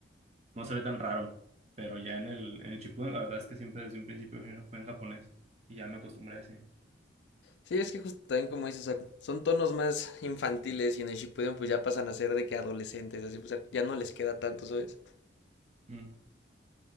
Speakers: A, on the right; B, on the left.
A: no se ve tan raro, pero ya en el, en el Shippuden, la verdad es que siempre desde un principio fue en fue en japonés y ya me acostumbré así.
B: Sí, es que justo también como dices, o sea, son tonos más infantiles y en el Shippuden pues ya pasan a ser de que adolescentes, así pues ya no les queda tanto, ¿sabes?
A: Ujú,